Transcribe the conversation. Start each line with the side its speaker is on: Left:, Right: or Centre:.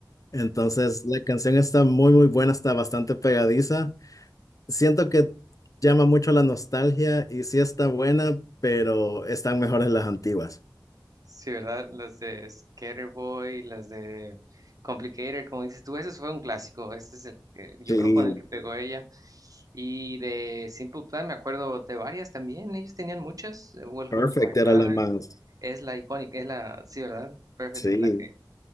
Left: Entonces, la canción está muy, muy buena, está bastante pegadiza. Siento que llama mucho la nostalgia y sí está buena, pero están mejores las antiguas.
Right: Sí, ¿verdad? Las de Skaterboy, las de Complicated, como dices tú, ese fue un clásico, ese es el que yo
Left: Sí,
Right: creo con el que pegó ella. Y de Simple Plan me acuerdo de varias también, ellos tenían muchas, eh, Welcome
Left: Perfect
Right: to My
Left: era
Right: Life,
Left: la más.
Right: es la icónica, es la, sí, ¿verdad? Perfect
Left: Sí,
Right: es la que,